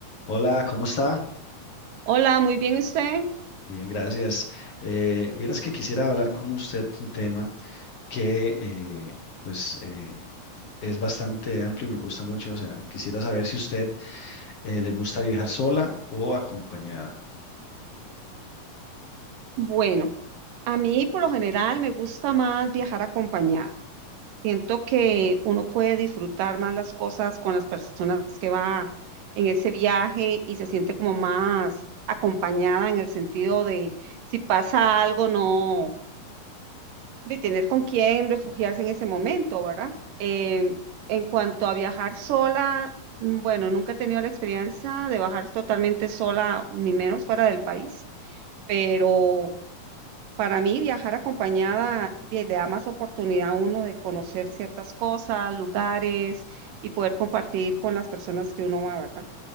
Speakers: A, on the left; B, on the right.
A: Hola, ¿cómo está?
B: Hola, muy bien usted.
A: Bien, gracias. Eh, vieras que quisiera hablar con usted un tema que eh, pues eh, es bastante amplio y me gusta mucho. O sea, quisiera saber si usted eh, le gusta viajar sola o acompañada.
B: Bueno, a mí por lo general me gusta más viajar acompañada. Siento que uno puede disfrutar más las cosas con las personas que va en ese viaje y se siente como más acompañada en el sentido de si pasa algo, no, de tener con quién refugiarse en ese momento, ¿verdad? Em, en cuanto a viajar sola, mm, bueno, nunca he tenido la experiencia de bajar totalmente sola, ni menos fuera del país pero Para mí, viajar acompañada bien, le da más oportunidad a uno de conocer ciertas cosas, lugares y poder compartir con las personas que uno va, ¿verdad?